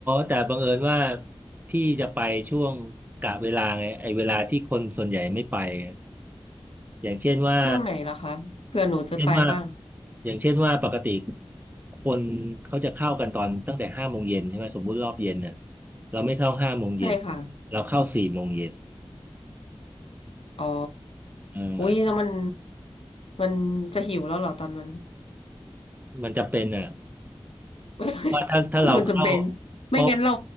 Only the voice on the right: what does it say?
แต่บังเอิญว่าพี่จะไปช่วงกะเวลาไงไอ้เวลาที่คนส่วนใหญ่ไม่ไปไงอย่างเช่นว่า
เช่นว่าอย่างเช่นว่าปกติคนเขาจะเข้ากันตอนตั้งแต่ห้าโมงเย็นใช่ไหมสมมุติรอบเย็นเนี่ยเราไม่เข้าห้าโมงเย็น
เราเข้าสี่โมงเย็น
เออ
มันจะเป็นอ่ะ
ว่าถ้าถ้าเราเข้า
เพราะ